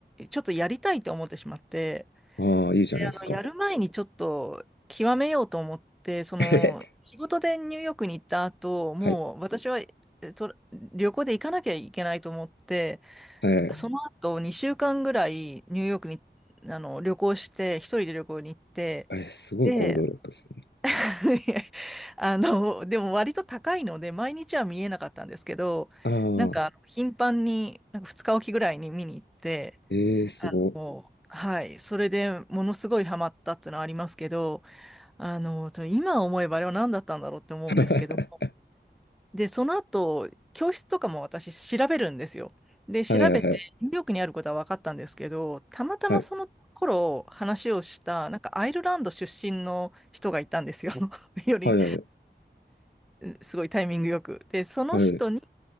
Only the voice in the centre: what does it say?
ちょっとやりたいと思ってしまって、
で、あの、やる前にちょっと極めようと思って、その、
仕事でニューヨークに行った後、もう私は、
えと、旅行で行かなきゃいけないと思って、
その後2週間ぐらいニューヨークに、あの、旅行して、一人で旅行に行って、
で、<laughs> あの、でも割と高いので、毎日は見えなかったんですけど、
なんか、あの頻繁に、なんか2日おきぐらいに見に行って、
あの、はい、それでものすごいハマったってのはありますけど、あの、ちょ今思えばあれは何だったんだろうって思うんですけども。
で、その後、教室とかも私調べるんですよ。で、調べて、
ニューヨークにあることは分かったんですけど、たまたまその頃話をした、
なんかアイルランド出身の人がいたんですよ。<laughs> より、
すごいタイミングよく。で、その人に、